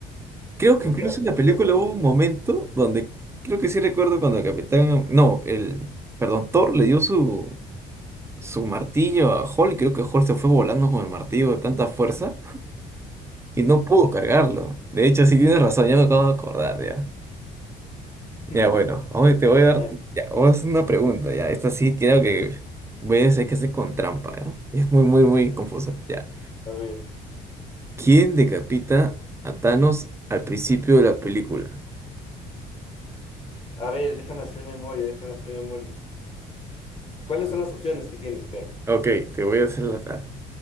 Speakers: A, on the right (about 15°); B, on the left (about 35°).
A: Creo
B: Lo
A: que incluso
B: que hace,
A: en la
B: lo
A: película
B: que hace, ¿no?
A: hubo un momento donde, creo que sí recuerdo cuando el capitán, no, el, perdón, Thor le dio su, su martillo a Hulk y creo que Hulk se fue volando con el martillo de tanta fuerza y no pudo cargarlo. De hecho, sí tienes razón, ya me acabo de acordar, ya.
B: <laughs>
A: Ya, bueno, ahora te voy a dar,
B: Ay,
A: ya, vamos a hacer una pregunta, ya, esta sí creo que voy a decir que hace con trampa, ¿ya? Es muy, muy, muy confusa, ya.
B: A ver,
A: ¿Quién decapita a Thanos al principio de la película?
B: a ver, déjame hacer memoria, déjame hacer memoria. ¿Cuáles son las opciones que tienes? Espera.
A: Ok, te voy a hacer la... la-